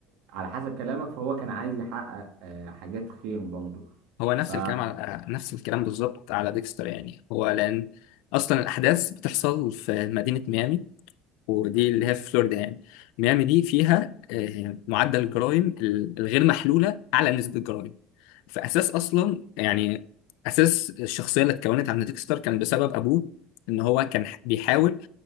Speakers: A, on the right; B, on the left.
A: على حسب كلامك فهو كان عايز يحقق آه، حاجات خير برضه
B: هو نفس
A: اه
B: الكلام على نفس الكلام بالظبط على ديكستر يعني هو لان اصلا الاحداث بتحصل في مدينه ميامي ودي اللي هي في فلوريدا يعني ميامي دي فيها آه، معدل الجرائم ال- الغير محلولة أعلى نسبة جرائم فأساس أصلا يعني أساس الشخصية اللي اتكونت عند ديكستر كان بسبب أبوه إن هو كان ح- بيحاول